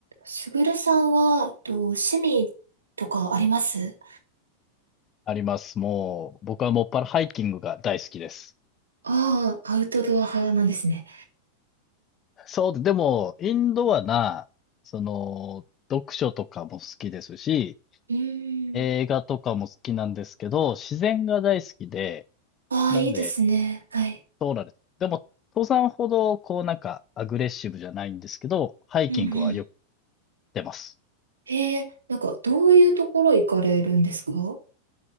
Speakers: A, on the right; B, on the left.
A: すぐるさんは、えっと、趣味とかあります
B: あります。もう、僕はもっぱらハイキングが大好きです。
A: ああ、アウトドア派なんですね。
B: そう、でも、インドアな、その、読書とかも好きですし、
A: うーん。
B: 映画とかも好きなんですけど、自然が大好きで、
A: ああ、
B: なんで、
A: いいですね。はい。
B: そうなんです。でも、登山ほど、こうなんか、アグレッシブじゃないんですけど、ハイキングはよく行っ
A: うんうん。
B: てます。
A: ええ、なんか、どういうところ行かれるんですか